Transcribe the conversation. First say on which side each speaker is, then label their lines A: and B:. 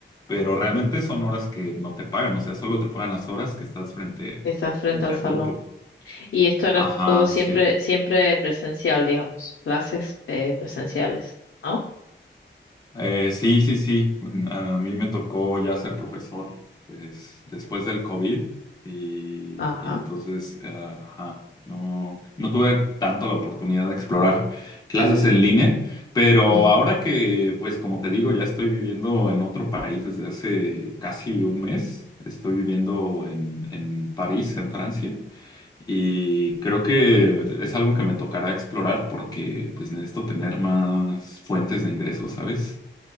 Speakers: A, on the left; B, on the left.
A: pero realmente son horas que no te pagan, o sea, solo te pagan las horas que estás frente,
B: que Estás frente
A: frente
B: al
A: a
B: salón.
A: grupo.
B: Y esto era
A: Ajá,
B: todo siempre,
A: sí.
B: siempre presencial, digamos, clases eh, presenciales, ¿no?
A: Eh, sí, sí, sí. Mm, A mí me tocó ya ser profesor, pues, después del COVID y,
B: Ajá,
A: y entonces, eh, ajá, no, no tuve tanto la oportunidad de explorar clases en línea, pero
B: Mm,
A: ahora que, pues, como te digo, ya estoy viviendo en otro país desde hace casi un mes. Estoy viviendo en, en París, en Francia. Y creo que es algo que me tocará explorar porque pues necesito tener más fuentes de ingresos, ¿sabes?